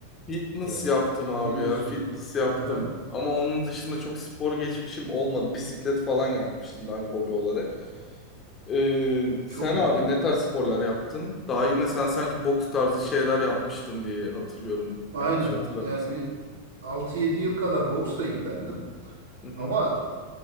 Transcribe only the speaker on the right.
Yani
biliyorsun.
Aha,
çok
iyi.
Aynen
yani bir altı yedi
yıl
kadar boksla ilgilendim.
Ama